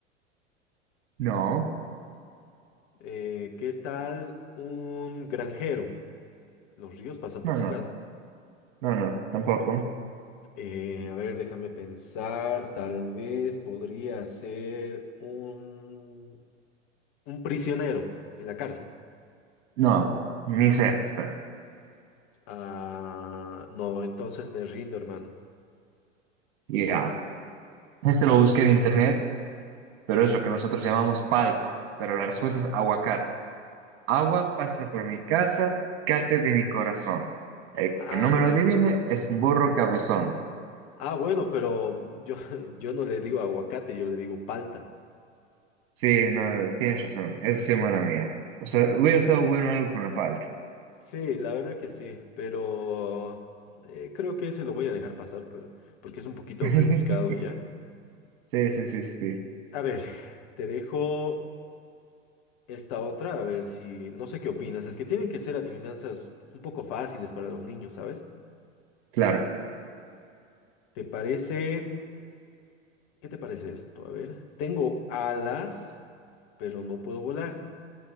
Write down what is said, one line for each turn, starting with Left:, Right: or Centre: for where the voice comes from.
Right: no,
Left: Eh, ¿qué tal un granjero? Los ríos pasan
Right: no,
Left: por su
Right: no,
Left: casa.
Right: no, no, tampoco.
Left: Eh, a ver, déjame pensar. Tal vez podría ser un, un prisionero en la cárcel.
Right: No, ni cerca estás.
Left: Ah, no, entonces me rindo, hermano.
Right: Ya. Este lo busqué en internet, pero es lo que nosotros llamamos palta. Pero la respuesta es aguacate. Agua pasa por mi casa, cate de mi corazón. El
Left: Ah,
Right: que no me lo adivine es un burro cabezón.
Left: ah, bueno, pero yo, <laughs> yo no le digo aguacate, yo le digo palta.
Right: Sí, no, tienes razón. Esa sí es mala mía. O sea, hubiera estado bueno algo con la palta.
Left: Sí, la verdad que sí, pero eh, creo que ese lo voy a dejar pasar por- porque es un poquito
Right: <laughs>
Left: rebuscado, ¿ya?
Right: Sí, sí, sí, sí.
Left: A ver, te dejo Esta otra, a ver si, no sé qué opinas, es que tienen que ser adivinanzas un poco fáciles para los niños, ¿sabes?
Right: Claro.
Left: ¿Te parece, qué te parece esto? A ver, tengo alas, pero no puedo volar.